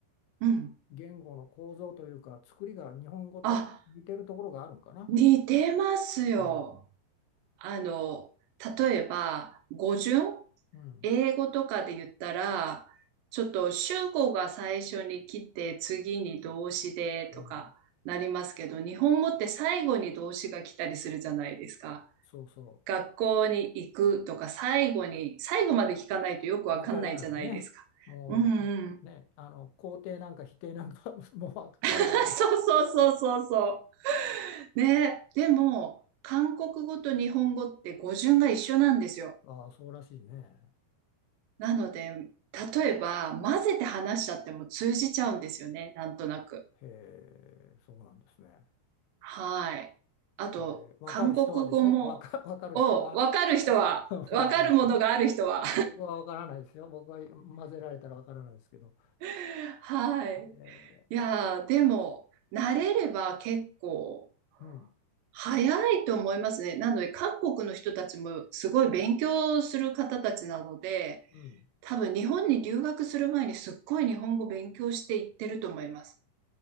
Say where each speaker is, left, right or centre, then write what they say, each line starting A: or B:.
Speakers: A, on the right (about 75°); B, on the left (about 80°).
A: うん。
B: 言語の構造というか、作りが日本語と似てるところがあるんかな。
A: あ、似てますよ。
B: うん、
A: あの、例えば、語順
B: うん、
A: 英語とかで言ったら、ちょっと主語が最初に来て、次に動詞でとかなりますけど、
B: うん、
A: 日本語って最後に動詞が来たりするじゃないですか。
B: そうそ
A: 学校に行くとか、最後に、最後まで聞かないとよくわかんないじゃないですか。
B: う、わからないね、もうね、
A: うんうん。
B: あの肯定なんか否定なんか <laughs> もう最後まで、
A: <laughs> そうそうそうそうそう。ね、でも、韓国語と日本語って語順が一緒なんですよ。
B: ああ、そうらしいね。
A: なので、例えば、混ぜて話しちゃっても通じちゃうんですよね、なんとなく。
B: へえ、そうなんですね。
A: はい。あと、
B: えー、分かる人はでしょ分か、
A: 韓国語も、
B: わかる人は
A: を、わかる人は、
B: <laughs> 分かる人はね。
A: わかるものがある人は。
B: 僕は分からないですよ。僕は混ぜられたら分からないですけど。
A: <laughs> はい。
B: え
A: いやー、でも、慣れれば結構、
B: ー、うん、
A: 早いと思いますね。なので、韓国の人たちもすごい勉強する方たちなので、
B: うん、
A: 多分日本に留学する前にすっごい日本語勉強していってると思います。